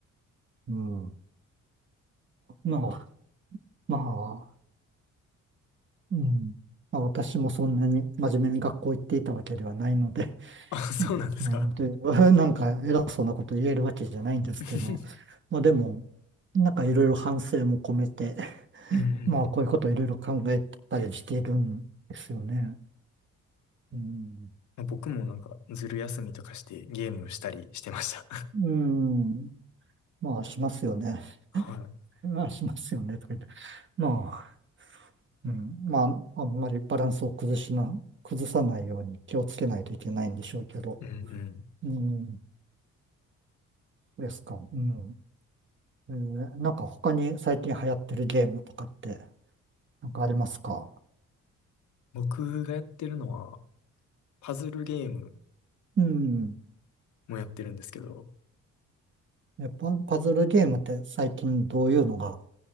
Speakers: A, on the right; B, on the left.
A: うん。まあ、まあ、うん。まあ、私もそんなに真面目に学校行っていたわけではないので、
B: あ、そうなんですか。
A: うん、うんで、<laughs> なんか偉そうなこと言えるわけじゃないんですけど、
B: <laughs>
A: まあでも、なんかいろいろ反省も込めて
B: うんうんうん。
A: まあ、こういうことをいろいろ考えたりしているんですよね。うん。
B: まあ僕もなんか、ずる休みとかしてゲームしたりしてました。
A: うん。まあ、しますよね。
B: <laughs> は
A: まあ、しますよね。とか言って。まあ、うん。まあ、あんまりバランスを崩しな、崩さないように気をつけないといけないんでしょうけど。
B: い。うんうん。
A: うん。ですか。うん。えーなんか他に最近流行ってるゲームとかって、なんかありますか
B: 僕がやってるのは、パズルゲーム
A: うん。
B: もやってるんですけど、
A: え、パ、パズルゲームって最近どういうのが